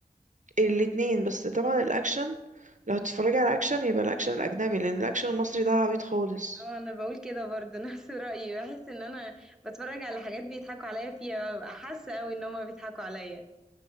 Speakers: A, on the right; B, in the centre.
A: الاتنين بس طبعا الأكشن لو هتتفرجي على أكشن يبقى الأكشن الأجنبي لأن الأكشن المصري ده عبيط خالص
B: اه انا بقول كده برضه <laughs> نفس رأيي بحس ان انا بتفرج على حاجات بيضحكوا عليا فيها ببقى حاسة قوي ان هما بيضحكوا عليا